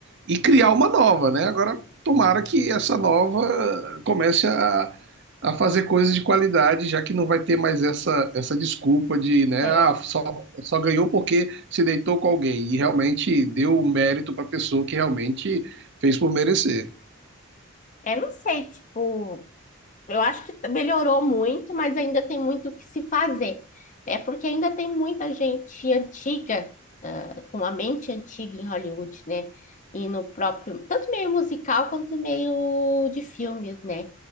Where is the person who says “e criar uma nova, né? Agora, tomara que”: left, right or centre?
Right